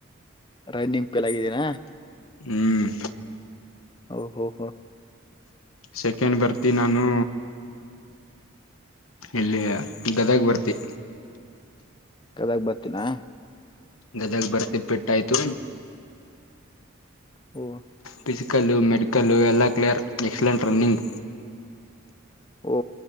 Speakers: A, on the left; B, on the left.
A: ರೈ ನಿಂಪೆಲ್ಲಗಿದ್ದೀನಾ.
B: ಹ್ಮ್
A: ಓ ಹೋ ಹೋ.
B: ಸೆಕೆಂಡ್ ಬರ್ತಿ ನಾನು. ಎಲ್ಲಿಗ ಗದಗ್ ಬರ್ತಿ.
A: ಗದಗ ಬರ್ತೀನಾ.
B: ಗದಗ್ ಬರ್ತಿ ಪೆಟ್ಟಾಯ್ತು.
A: ಓ
B: ಫಿಜಿಕಲ್ಲು ಮೆಡಿಕಲ್ಲು ಎಲ್ಲ ಕ್ಲಿಯರ್ ಎಕ್ಸಲೆಂಟ್ ರನ್ನಿಂಗ್.
A: ಓ